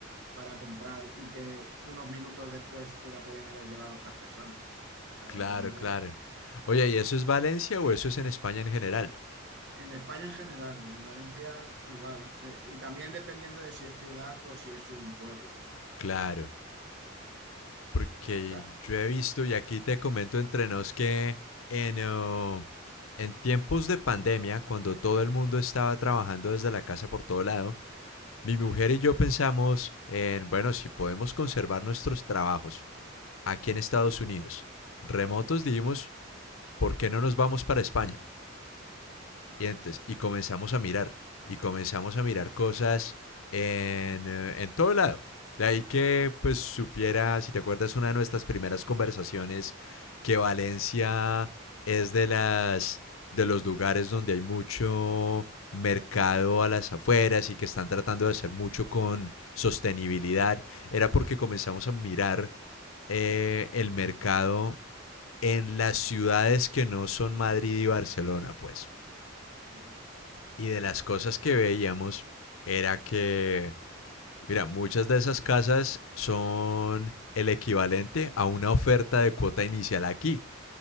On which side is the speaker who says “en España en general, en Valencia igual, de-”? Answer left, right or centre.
Right